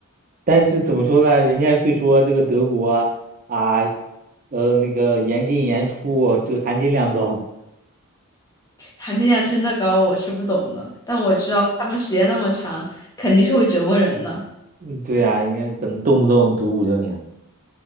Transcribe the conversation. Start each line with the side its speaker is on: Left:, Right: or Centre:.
Right: 但是怎么说呢？人家会说这个德国啊，呃，那个严进严出，这个含金量高。
Left: 含金量真的高，我是不懂的，但我知道他们时间那么长，肯定是会折磨人的。
Right: 嗯，对呀，人家可能动不动读五六年。